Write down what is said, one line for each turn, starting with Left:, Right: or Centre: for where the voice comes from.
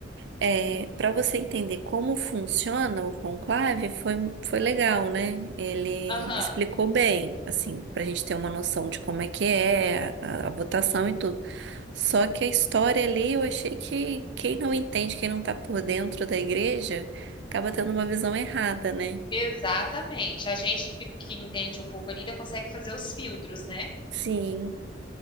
Right: É, para você entender como funciona o conclave, foi, foi legal, né? Ele
Left: Aham,
Right: explicou bem, assim, para a gente ter uma noção de como é que é a a votação e tudo. Só que a história ali, eu achei que quem não entende, quem não tá por dentro da igreja, acaba tendo uma visão errada, né?
Left: exatamente. A gente que que entende um pouco ainda consegue fazer os filtros, né?
Right: Sim,